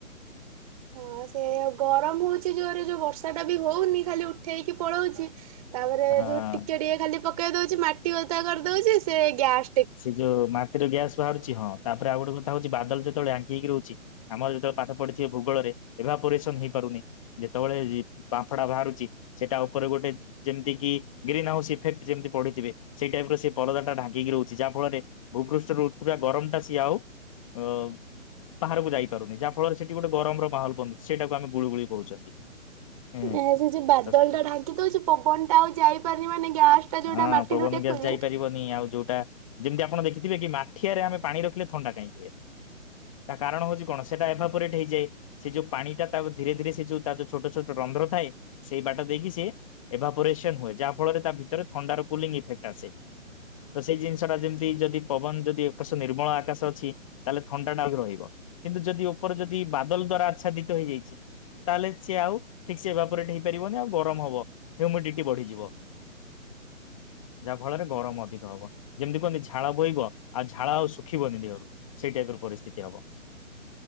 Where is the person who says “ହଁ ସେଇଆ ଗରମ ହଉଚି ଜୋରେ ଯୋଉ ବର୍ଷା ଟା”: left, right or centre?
Right